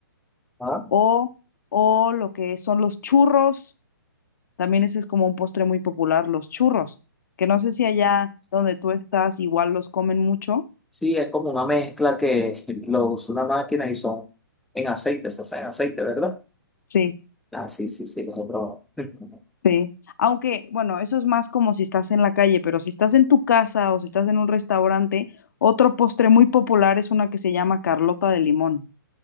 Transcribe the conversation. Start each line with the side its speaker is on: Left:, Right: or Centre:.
Centre: ¿Ah?
Left: o, o lo que son los churros. También ese es como un postre muy popular, los churros, que no sé si allá donde tú estás igual los comen mucho.
Centre: Sí, es como una mezcla que lo usa una máquina y son en aceite, se hace en aceite, ¿verdad?
Left: Sí.
Centre: Ah, sí, sí, sí, los he probado. <laughs>
Left: Sí, aunque, bueno, eso es más como si estás en la calle, pero si estás en tu casa o si estás en un restaurante, otro postre muy popular es una que se llama Carlota de limón.